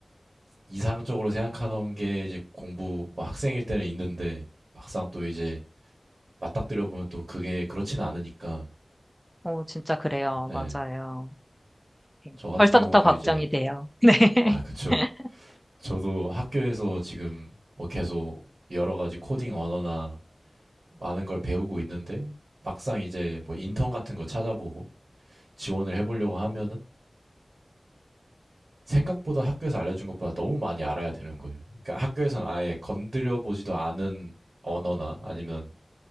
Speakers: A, on the right; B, in the centre.
A: 이상적으로 생각하던 게 이제 공부 뭐 학생일 때는 있는데 막상 또 이제 맞닥뜨려 보면 또 그게 그렇진 않으니까.
B: 어, 진짜 그래요.
A: 예.
B: 맞아요. 네,
A: 저 같은
B: 벌써부터
A: 경우도
B: 걱정이
A: 이제
B: 돼요. <laughs>
A: 아 그쵸.
B: 네.
A: 저도 학교에서 지금 뭐 계속 여러 가지 코딩 언어나 많은 걸 배우고 있는데 막상 이제 뭐 인턴 같은 거 찾아보고 지원을 해보려고 하면은 생각보다 학교에서 알려준 것보다 너무 많이 알아야 되는 거예요. 그러니까 학교에서는 아예 건드려 보지도 않은 언어나 아니면